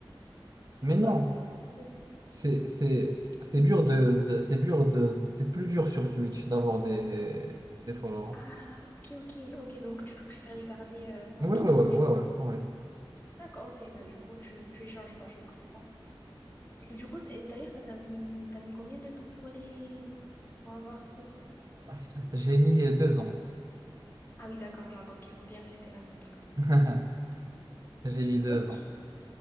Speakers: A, on the left; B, on the right.
A: C'est
B: Mais
A: quoi,
B: non,
A: c'est quoi le problème?
B: c'est c'est c'est dur de, de- c'est dur de c'est plus dur sur Twitch d'avoir des des followers.
A: Ah, ok, ok, ok, donc tu préfères les garder. euh, ok,
B: Oui, oui,
A: d'accord,
B: oui,
A: je
B: oui,
A: comprends.
B: oui, oui.
A: D'accord, ok, bah, du coup, tu, tu les changes pas, je comprends. Et du coup, c'est- d'ailleurs, ça t'a mis, t'as mis combien de temps pour les, pour avoir ce...
B: <laughs> J'ai mis deux ans.
A: Ah oui, d'accord, non, donc ils vont bien rester là-bas, en tout cas.
B: <laughs> J'ai mis deux
A: Ok,
B: ans.